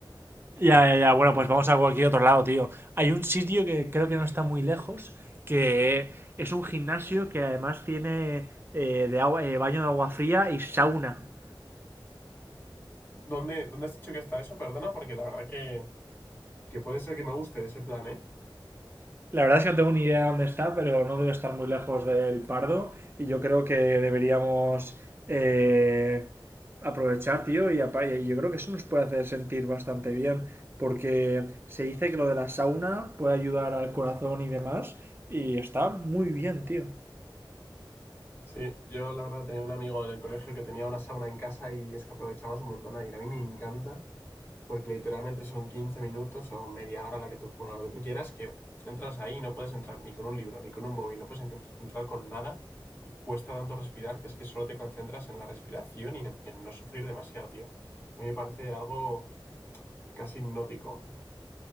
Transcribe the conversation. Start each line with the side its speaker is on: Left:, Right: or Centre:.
Right: Ya, ya, ya. Bueno, pues vamos a cualquier otro lado, tío. Hay un sitio que creo que no está muy lejos, que es un gimnasio que además tiene eh, de agua- eh, baño de agua fría y sauna.
Left: ¿Dónde, dónde has dicho que está eso? Perdona, porque la verdad que, que puede ser que me guste ese plan, ¿eh?
Right: La verdad es que no tengo ni idea de dónde está, pero no debe estar muy lejos del Pardo y yo creo que deberíamos eh, aprovechar, tío, y apa- y yo creo que eso nos puede hacer sentir bastante bien, porque se dice que lo de la sauna puede ayudar al corazón y demás, y está muy bien, tío.
Left: Sí, yo la verdad tenía un amigo en el colegio que tenía una sauna en casa y es que aprovechábamos un montón a ir. A mí me encanta porque literalmente son 15 minutos o media hora, la que tú, bueno, lo que tú quieras, que entras ahí y no puedes entrar ni con un libro, ni con un móvil, no puedes encont- entrar con nada y cuesta tanto respirar que es que solo te concentras en la respiración y en, y en no sufrir demasiado, tío. A mí me parece algo casi hipnótico.